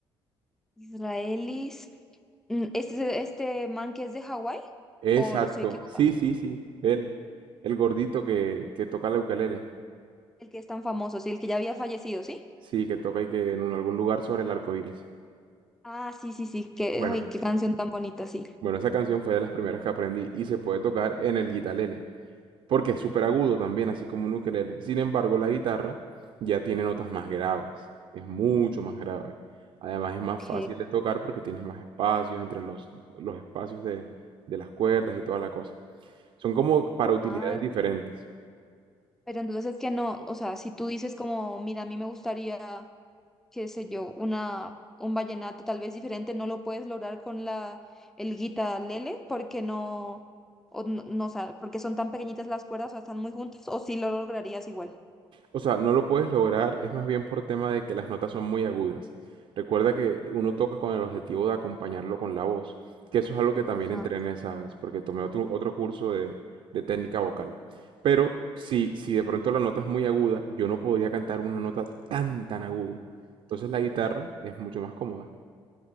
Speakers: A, in the centre; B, on the right.
A: Israelis. Mm, Este, este man que es de Hawái,
B: Exacto.
A: o soy equivocada,
B: Sí, sí, sí. Él. El gordito que, que toca la ukelele.
A: el que es tan famoso, sí, el que ya había fallecido, ¿sí?
B: Sí, que toca y que en un- algún lugar sobre el arco iris.
A: Ah, sí, sí, sí, qué,
B: Bueno,
A: ay, qué canción tan bonita, sí.
B: bueno, esa canción fue de las primeras que aprendí y se puede tocar en el guitalele, porque es súper agudo también, así como un ukelele. Sin embargo, la guitarra ya tiene notas más graves, es mucho más grave. Además, es
A: Ok.
B: más fácil de tocar porque tienes más espacios entre los, los espacios de, de las cuerdas y toda la cosa. Son como para utilidades
A: Ah,
B: diferentes.
A: pero entonces es que no, o sea, si tú dices como, mira, a mí me gustaría, qué sé yo, una, un vallenato tal vez diferente, no lo puedes lograr con la, el guitarlele, porque no, o no, no, o sea, porque son tan pequeñitas las cuerdas, o sea, están muy juntas, o sí lo lograrías igual.
B: O sea, no lo puedes lograr, es más bien por tema de que las notas son muy agudas. Recuerda que uno toca con el objetivo de acompañarlo con la voz, que eso es algo que también
A: Ajá.
B: entrené, ¿sabes? Porque tomé otro, otro curso de, de técnica vocal. Pero si, si de pronto la nota es muy aguda, yo no podría cantar una nota tan, tan aguda. Entonces la guitarra es mucho más cómoda.